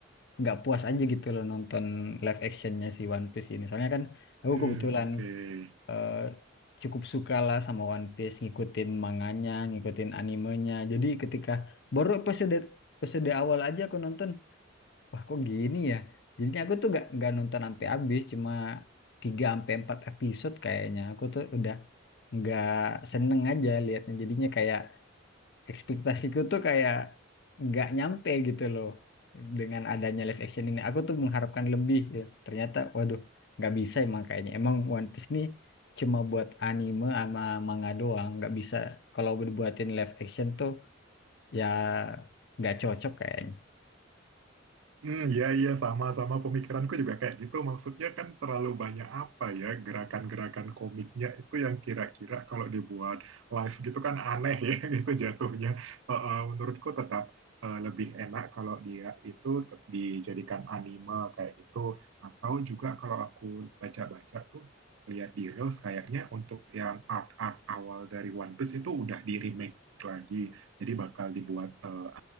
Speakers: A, on the left; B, on the right.
A: nggak puas aja gitu loh nonton live actionnya si One Piece ini. Soalnya kan aku
B: Hmm,
A: kebetulan
B: oke. Okay.
A: eh, cukup suka lah sama One Piece, ngikutin manganya, ngikutin animenya. Jadi ketika baru episode episode awal aja aku nonton, wah kok gini ya? Jadinya aku tuh gak, nggak nonton sampai habis, cuma 3 sampai 4 episode kayaknya. Aku tuh udah nggak seneng aja liatnya. Jadinya kayak ekspektasiku tuh kayak nggak nyampe gitu loh dengan adanya live action ini. Aku tuh mengharapkan lebih. gitu. Ternyata, waduh, nggak bisa emang kayaknya. Emang One Piece nih cuma buat anime sama manga doang. Nggak bisa kalau dibuatin live action tuh ya nggak cocok kayaknya.
B: Hmm, ya, ya, sama-sama pemikiranku juga kayak gitu. Maksudnya kan terlalu banyak apa ya, gerakan-gerakan komiknya itu yang kira-kira kalau dibuat live gitu kan aneh ya <laughs> gitu jatuhnya. Eh, eh, menurutku tetap eh, lebih enak kalau dia itu tet- dijadikan anime kayak gitu. Atau juga kalau aku baca-baca tuh, lihat di Reels kayaknya untuk yang art-art awal dari One Piece itu udah di-remake lagi. Jadi bakal dibuat eh,